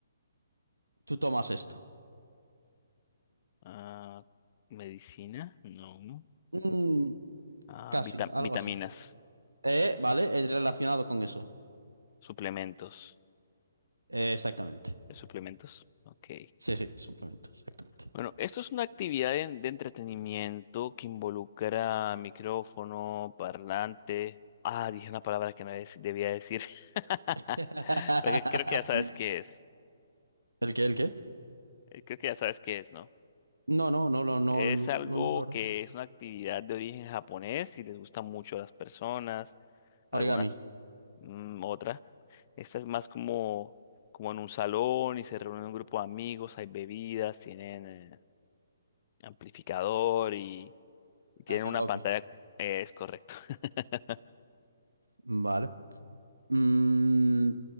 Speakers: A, on the right; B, on the left.
A: tú tomas esto.
B: ah, medicina, no, no.
A: Mm,
B: Ah,
A: casi,
B: vita-
A: algo
B: vitaminas,
A: así. Eh, vale, es relacionado con eso.
B: suplementos,
A: Eh, exactamente.
B: ¿Es suplementos, ok.
A: Sí, sí, suplemento, exactamente.
B: Bueno, esto es una actividad de, de entretenimiento que involucra micrófono, parlante. Ah, dije una palabra que no dec- debía decir. <laughs>
A: <laughs>
B: Porque creo que ya sabes qué es.
A: ¿El qué, el qué?
B: Eh, Creo que ya sabes qué es, ¿no?
A: No, no, no, no, no,
B: Es
A: no,
B: algo
A: no, la verdad.
B: que
A: es-
B: es una actividad de origen japonés y les gusta mucho a las personas, algunas,
A: Origami.
B: mm, otra. Esta es más como, como en un salón y se reúnen un grupo de amigos, hay bebidas, tienen eh, amplificador y, y tienen
A: Ah, karaoke.
B: una pantalla, eh, es correcto. <laughs>
A: Vale. Mm,